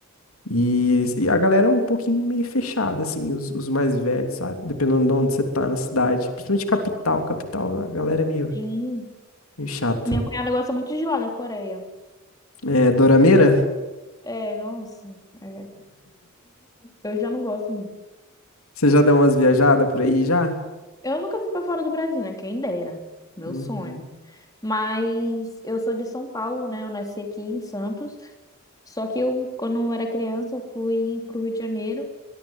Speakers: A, on the left; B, on the left.
A: E, e a galera é um pouquinho meio fechada, assim, os, os mais velhos, sabe? Dependendo de onde você tá na cidade. Principalmente capital, capital, a galera é meio,
B: sim.
A: meio chata.
B: Minha cunhada gosta muito de lá, da Coreia.
A: É, Dorameira,
B: É, nossa. é, eu já não gosto muito.
A: você já deu umas viajadas por aí já?
B: Eu nunca fui pra fora do Brasil, né? Quem dera. Meu
A: Uhum.
B: sonho. Mas eu sou de São Paulo, né? Eu nasci aqui em Santos. Só que eu, quando eu era criança, eu fui pro Rio de Janeiro.